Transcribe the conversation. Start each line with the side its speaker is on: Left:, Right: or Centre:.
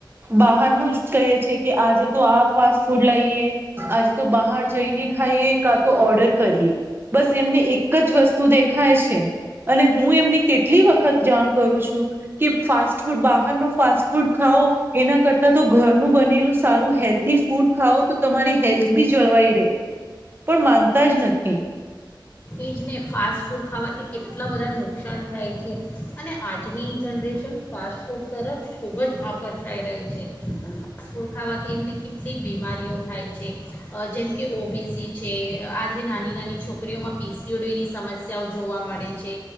Right: બહારનું જ કહે છે કે આજે તો આ ફાસ્ટ ફૂડ લાઇ લઈએ. આજ તો બહાર જઈને ખાઈએ. કાતો ઓર્ડર કરીએ. બસ એમને એક જ વસ્તુ દેખાય છે અને હું એમને કેટલી વખત જાણ કરું છું કે ફાસ્ટ ફૂડ બહાર નો ફાસ્ટ ફૂડ ખાઓ એના કરતા તો ઘરનું બનેલું સારું હેલ્થી ફૂડ ખાઓ તો તમારી હેલ્થ બી જળવાઈ રહે, પણ માનતા જ નથી.
Left: એજને ફાસ્ટ ફૂડ ખાવાથી કેટલા બધા નુકસાન થાય છે અને આજની જનરેશન ફાસ્ટ ફૂડ તરફ ખૂબ જ આકર્ષાઈ રહી છે પણ ફાસ્ટ ફૂડ ખાવાથી એમને કેટલી બીમારીઓ થાય છે અહ જેમ કે ઓ બી સી છે. આ જે નાની નાની છોકરીઓમાં પી સી ઓ ડી ની સમસ્યાઓ જોવા મળે છે.